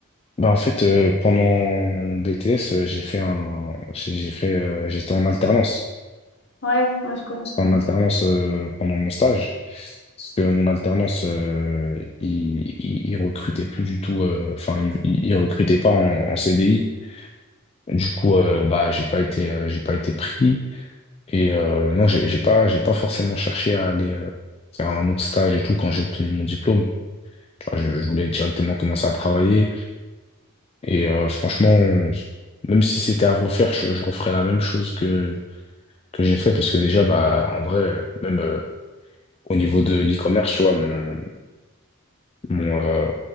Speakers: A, on the left; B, on the left.
A: Bah en fait, euh, pendant mon BTS, euh, j'ai fait un, j'ai j'ai fait, euh, j'étais en alternance.
B: Ouais, ouais, je connais
A: J'étais
B: ça.
A: en alternance euh, pendant mon stage, parce que mon alternance, euh, il, il, il recrutait plus du tout. euh, Enfin, il, il il recrutait pas en, en CDI. Du coup, euh, bah j'ai pas été, euh, j'ai pas été pris. Et euh, non, j'ai j'ai pas, j'ai pas forcément cherché à aller euh, faire un autre stage et tout quand j'ai obtenu mon diplôme. Enfin, je, je voulais directement commencer à travailler. Et euh, franchement, même si c'était à refaire, je, je referais la même chose que que j'ai fait parce que déjà, bah, en vrai, euh, même euh, au niveau de l'e-commerce, tu vois, mon, mon euh,